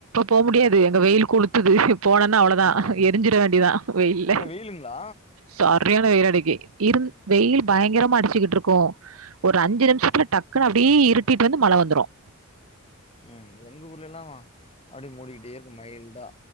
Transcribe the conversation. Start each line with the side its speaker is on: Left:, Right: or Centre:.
Right: போ முடியாது எங்க வெயில் கொளுத்துது போனோம்னா அவ்ளோதா
Left: ஆ
Right: எரிஞ்சிர வேண்டிதான் வெயில்ல
Left: அங்க வெயிலுங்களா?
Right: சரியான வெயில் அடிக்கி இருந் வெயில் பயங்கரமா அடிச்சிக்கிட்டு இருக்கும் ஒரு அஞ்சி நிமிஷத்துல டக்குன்னு இருட்டிட்டு வந்து மழ வந்துரும்
Left: ம் எங்க ஊர்ல எல்லாம் அப்டி மூடிக்கிட்டே இருக்கும் மைல்டா